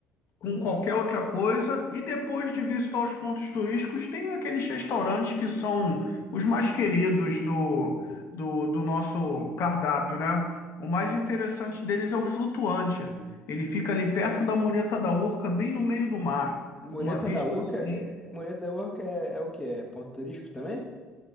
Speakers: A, on the left; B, on the left.
A: com
B: Uhum.
A: qualquer outra coisa. E depois de visitar os pontos turísticos, tem aqueles restaurantes que são os mais queridos do, do, do nosso cardápio, né? O mais interessante deles é o Flutuante. Ele fica ali perto da Mureta da Urca, bem no meio do mar.
B: Mureta
A: Uma vista
B: da Urca,
A: assim.
B: que, Mureta da Urca é, é o quê? É ponto turístico também?